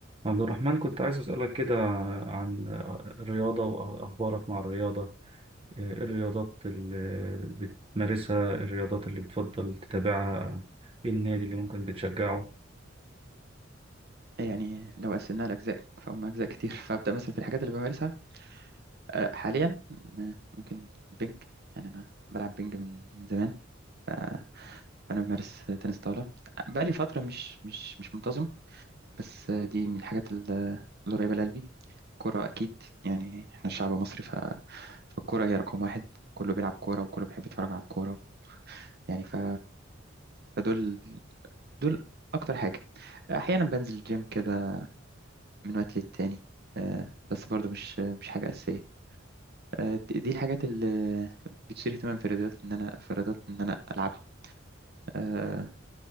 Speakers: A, on the right; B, on the right.
A: عبد الرحمن كنت عايز أسألك كده عن الرياضة وأخبارك مع الرياضة إيه الرياضات اللي بتمارسها الرياضات اللي بتفضل تتابعها إيه النادي اللي ممكن بتشجعه
B: يعني لو قسمناها لأجزاء فهم أجزاء كتير <laughs> فأبدأ مثلا في الحاجات اللي بمارسها آه، حاليا آه، ممكن بينج يعني أنا بلعب بينج من من زمان ف- فأنا بمارس تنس طاولة بقالي فترة مش مش مش منتظم بس آه، دي من الحاجات ال- اللي قريبة لقلبي كرة أكيد يعني إحنا الشعب المصري ف... فالكرة هي رقم واحد كله بيلعب كورة وكله بيحب يتفرج على الكورة يعني ف... فدول دول أكتر حاجة أحيانا بنزل الجيم كده من وقت للتاني آه، بس برضو مش مش حاجة أساسية آه، دي دي الحاجات اللي بتثير اهتمام في الرياضات إن أنا في الرياضات إن أنا ألعبها آه،